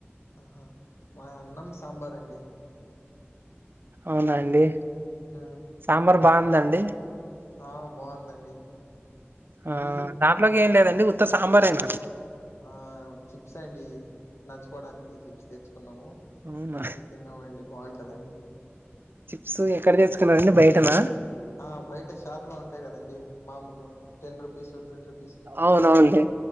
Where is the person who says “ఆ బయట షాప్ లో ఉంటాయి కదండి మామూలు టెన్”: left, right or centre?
Left